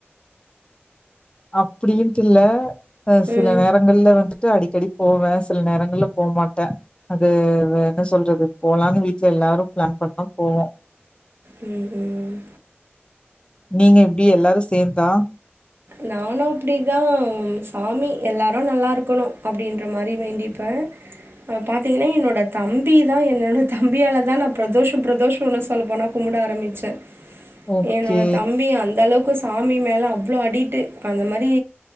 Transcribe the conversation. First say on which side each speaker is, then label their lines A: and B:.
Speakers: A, on the left; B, on the right.
A: அப்டியும்டில்ல அ சில
B: ம்
A: நேர முதல்ல வந்துட்டு அடிக்கடி போவே சில நேரங்கள்ல போக மாட்டே அது வ என்ன சொல்றது போலான்னு வீட்ல எல்லாரு பிளான் பண்ணா போவோ
B: உம் உம்
A: நீங்க எப்டி எல்லாரு சேந்தா
B: நானு அப்டிதா சாமி எல்லாரு நல்லா இருக்கணு அப்டின்ற மாரி வேண்டிப்ப பா பாத்திங்னா என்னோட தம்பி தா என்னோட தம்பியால தா நா பிரதோஷோ பிரதோஹோன்னு சொல்ல போனோ கும்ட ஆரம்பிச்ச
A: ஓகே
B: என்னோட தம்பி அந்த அளவுக் கு சாமி மேல அவ்ளளோ அடிட்டு அந்த மாரி